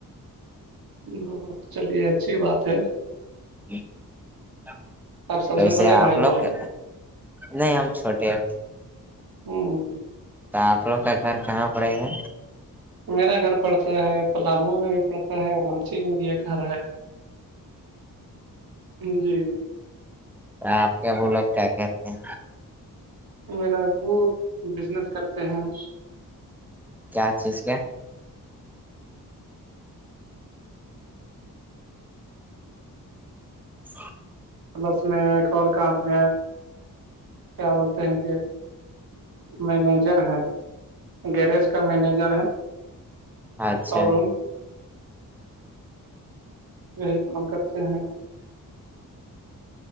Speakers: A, on the right; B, in the centre.
A: ہ چلیے اچھی بات ہے
B: جی <unintelligible>
A: آپ سب
B: ویسے
A: سے بڑے بھائی
B: آپ
A: ہو
B: لوگ کیا نہیں ہم چھوٹے ہو
A: ہوں
B: تو آپ لوگ کا گھر کہاں پڑے گا
A: میرا گھر پڑتا ہے پلامو میں بھی پڑتا ہے رانچی میں بھی ایک گھر ہے جی
B: آپ کیا بولو کیا کہتے ہیں
A: میرا ابو بزنس کرتے ہیں
B: کیا چیز کیا س <unintelligible>
A: بس میں ایک اور کام ہے کیا بولتے ہیں کہ مینیجر ہے گریج کا مینیجر ہے
B: اچھا
A: شو روم یہی کام کرتے ہیں